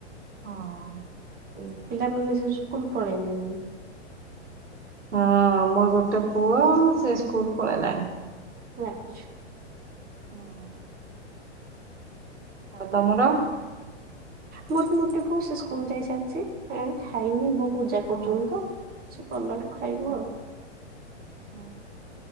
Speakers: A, on the right (about 80°); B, on the right (about 25°).
A: ହଁ।
B: ଓ ପିଲାମାନେ ସବୁ ସ୍କୁଲ ପଳେଇଲେଣି?
A: ହଁ ମୋ ଗୋଟେ ପୁଅ ସେ ସ୍କୁଲ ପଳେଇଲାଣି।
B: ଆଛା।
A: ହଁ। ଆଉ ତମର?
B: ମୋର ବି ଗୋଟେ ପୁଅ ସେ ସ୍କୁଲ ଯାଇ ସାରିଚି, ଏ ଖାଇନି ବୋଉ ପୂଜା କରୁଛନ୍ତି
A: ହଁ
B: ତ। ସେ କଲାଠୁ ଖାଇବୁ
A: ହଁ
B: ଆଉ।
A: ହଁ